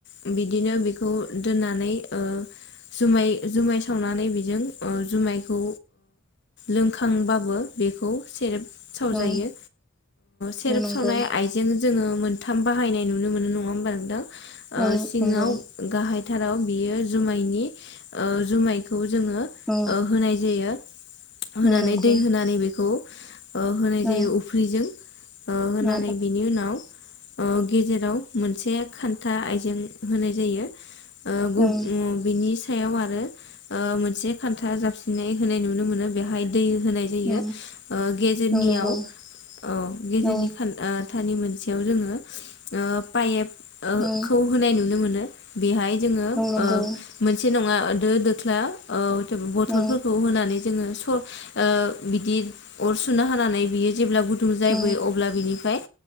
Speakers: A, on the left; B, in the centre.
A: बिदि बिदिनो बेखौ दोननानै ओ जुमाय जुमाय सावनानै बेजों जुमायखौ लोंखांबाबो बेखौ सेरेब सावजायो
B: औ
A: सेरेप
B: औ नंगौ
A: सावनाय आइजें जोङो मोनथाम बाहायनाय नुनो मोनो नङा होमबा नोंदां
B: औ
A: सिङाव
B: नंगौ
A: गाहाय फोथाराव बियो जुमायनि जुमायखौ जोङो
B: औ
A: होनाय जायो होनानै
B: औ नंगौ
A: दै होनानै बेखौ होनाय
B: औ
A: जायो उफ्रिजों ओ होनानै
B: औ
A: बिनि उनाव ओ गेजेराव मोनसे खान्था आयजें होनाय जायो। ओ गुब
B: औ
A: बिनि एसे सायाव आरो ओ मोन मोनसे खान्था जाबसिननाय होनाय नुनो मोनो बेहाय दै होनाय जायो
B: औ
A: ओ गेजेरनियाव
B: औ नंगौ
A: अ गेजेरनि
B: औ
A: ओ ख'थानि मोनसेयाव जोङो ओ पाइप ओ
B: औ
A: खौ होनाय नुनो मोनो बिहाय जोङो
B: औ नंगौ
A: ओ मोनसे नङा दो दोख्ला बथलफोरखौ
B: औ
A: होनानै। ओ जोङो स' बिदि अर सुना होनानै बियो जेब्ला गुदुं जायबोयो
B: औ
A: अब्ला बिनिफ्राय